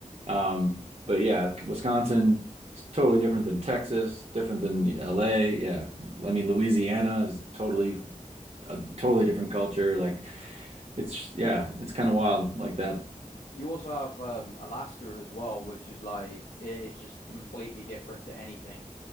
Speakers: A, on the right; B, on the left.
A: Um, but yeah, Wisconsin it's totally different than Texas, different than LA. Yeah. I mean, Louisiana is totally a totally different culture. Like it's yeah, it's kind of wild like that.
B: You also have um Alaska as well, which is like it is just completely different to anything.